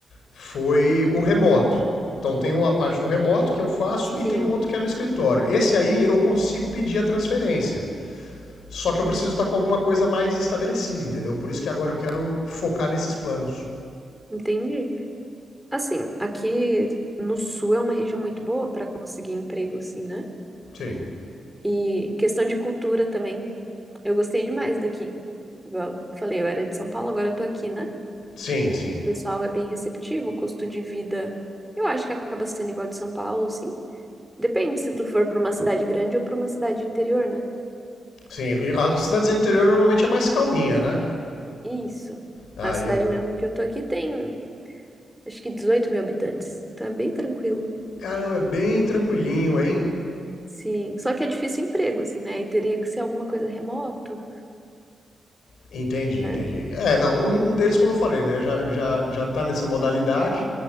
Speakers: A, on the left (about 85°); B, in the centre.
A: foi o remoto. Então tem uma parte do remoto que eu faço
B: Sim,
A: e tem um outro que é no escritório. Esse aí eu consigo pedir a transferência. Só que eu preciso estar com alguma coisa mais estabelecida, entendeu? Por isso que agora eu quero focar nesses planos.
B: entendi. Assim, aqui no sul é uma região muito boa pra conseguir emprego, assim, né?
A: Sim.
B: E questão de cultura também, eu gostei demais daqui. Igual eu falei, eu era de São Paulo, agora eu tô aqui, né?
A: Sim, sim.
B: O pessoal é bem receptivo, o custo de vida, eu acho que acaba sendo igual de São Paulo, assim. Depende se tu for pra uma cidade grande ou pra uma cidade de interior, né?
A: Sim. As cidades do interior normalmente é mais calminha, né?
B: Isso.
A: Ah,
B: A cidade
A: eu.
B: mesmo que eu tô aqui tem, acho que 18 mil habitantes, então é bem tranquilo.
A: Caramba, é bem tranquilinho, hein?
B: Sim, só que é difícil emprego, assim, né? E teria que ser alguma coisa remoto,
A: Entendi,
B: né?
A: entendi. É, não, um, um deles, como eu falei, né? Já, já, já tá nessa modalidade,